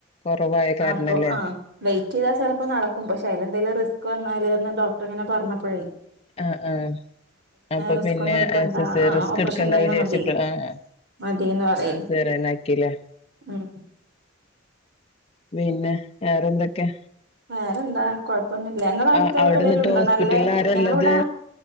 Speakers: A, on the left (about 30°); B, on the right (about 60°).
A: കൊറവായ കാരണല്ലേ
B: ആപ്പം ആഹ് വെയിറ്റ് ചെയ്താ ചെലപ്പം നടക്കും. പക്ഷെ അതിൽ എന്തേലും റിസ്ക് വന്നാല്ന്ന് ഡോക്ടർ ഇങ്ങനെ പറഞ്ഞപ്പഴേ.
A: ആഹ് ആഹ് അപ്പ
B: റിസ്ക്
A: പിന്നെ
B: ഒന്നും എടുക്കണ്ട
A: സിസേ
B: ആഹ്
A: റിസ്ക്
B: ഓപ്പറേഷൻ
A: ഇട്ക്കണ്ട
B: തന്നെ
A: വിചാരിച്ചിട്ട്
B: മതി
A: ആഹ് ആഹ്.
B: മതിന്ന് പറയും
A: സിസേറിയനാക്കി ല്ലേ.
B: ഉം
A: പിന്നെ വേറെന്തൊക്കെ?
B: വേറെന്താ കൊഴപ്പൊന്നുല്ല. ഇങ്ങളെ അവ്ട്ത്തെ
A: ആഹ് അവിടെന്നിട്ട്
B: ഏടെലുണ്ടോ
A: ഹോസ്പിറ്റലിൽ
B: നല്ലെ,
A: ആരാള്ളത്
B: ഞങ്ങളവ ടാ,